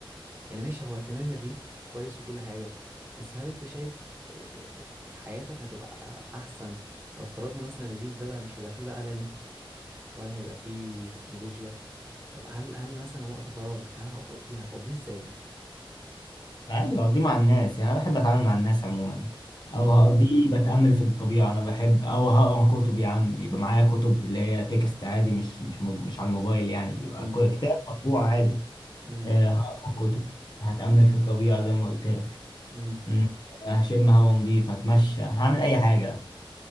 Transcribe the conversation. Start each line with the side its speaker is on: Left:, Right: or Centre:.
Right: يعني ماشي هو تمام الريف كويس وكل حاجة بس هل انت شايف آه آه، حياتك هتبقى احسن لو افترضنا مثلا الريف ده بقى مش هيبقى فيه بقى لا نت ولا هيبقى فيه تكنولوجيا طب هل هل مثلا وقت فراغك هل هتقضيه هتقضيه ازاي
Left: عادي هقضيه مع الناس يعني انا بحب اتعامل مع الناس عموما
Right: امم
Left: او هقضيه بتأمل في الطبيعة انا بحب او هقرا كتب يا عم يبقى معايا كتب اللي هي تكست عادي مش مش مو- مش على الموبايل يعني بيبقى
Right: امم
Left: كو- كتاب مطبوع عادي
Right: امم
Left: آه، هقرا كتب هتأمل في الطبيعة زي ما قلت لك
Right: امم
Left: مم، هشم هوا نضيف هتمشى هعمل اي حاجة